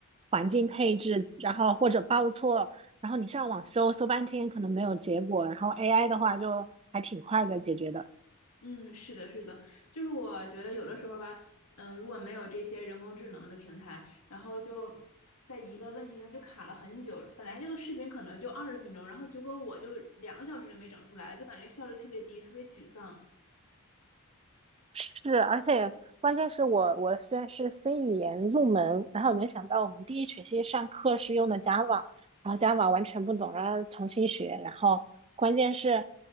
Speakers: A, on the right; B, on the left.
A: 环境配置，然后或者报错。然后你上网搜搜半天，可能没有结果，然后 AI 的话就还挺快的解决的。
B: 嗯，是的，是的，就是我觉得有的时候吧，嗯、如果没有这些人工智能的平台，然后就在一个问题上就卡了很久。本来这个视频可能就二十分钟，然后结果我就两个小时都没整出来，就感觉效率特别低，特别沮丧。
A: 是，而且关键是我我虽然是 C 语言入门，然后没想到我们第一学期上课是用的 Java，然后 Java 完全不懂，然后重新学，然后关键是